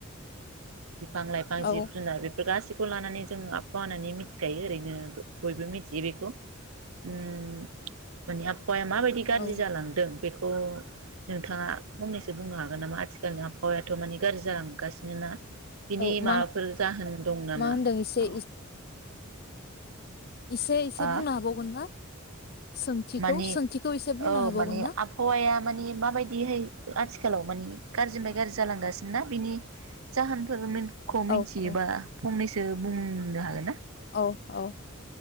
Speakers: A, on the right; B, on the left.
A: बिफां लाइफां
B: औ
A: जिब जुनार बेफोर गासिखौबो खौ लानानै जों आबहावा होननानै मिथिखायो ओरैनो बयबो मिथि बेखौ ओम माने हाया माबायदि गाज्रि
B: औ
A: जालांदों, बेखौ नोंथाङा फंनैसो बुंनो हागोन नामा, आथिखालनि आबहावायाथ माने गाज्रि जालांगासिनो ना? बिनि
B: औ
A: माबाफोर
B: मा
A: जाहोन दं नामा?
B: मा होनदों एसे
A: औ,
B: एसे-एसे
A: हा
B: बुंनो हाबावगोन ना? सोंथिखौ
A: माने
B: सोंथिखौ एसे बुंनो
A: औ
B: हाबावगोन
A: माने
B: ना
A: आबहावाया माने माबायदिहाय आथि खालाव मानि गाज्रिनिफ्राय गाज्रि जालांगासिनो ना? बिनि जाहोनफोर मोन खौ मिथियोबा
B: औ औ
A: फंनैसो बुं बुंनो हागोन ना?
B: औ-औ